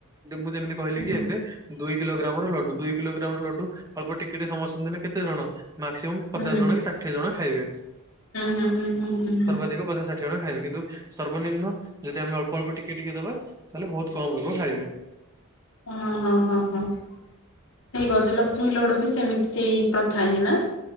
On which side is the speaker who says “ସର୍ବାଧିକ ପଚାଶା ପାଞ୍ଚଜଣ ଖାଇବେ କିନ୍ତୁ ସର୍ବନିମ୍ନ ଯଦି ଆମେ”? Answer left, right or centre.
Right